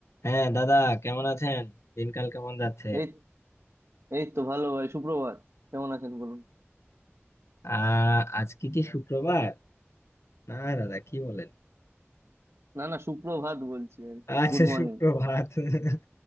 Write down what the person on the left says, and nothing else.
হ্যাঁ দাদা কেমন আছেন দিনকাল কেমন যাচ্ছে
আহ আজকে কি শুক্রবার না দাদা কি বলেন
আচ্ছা
সুপ্রভাত <laughs>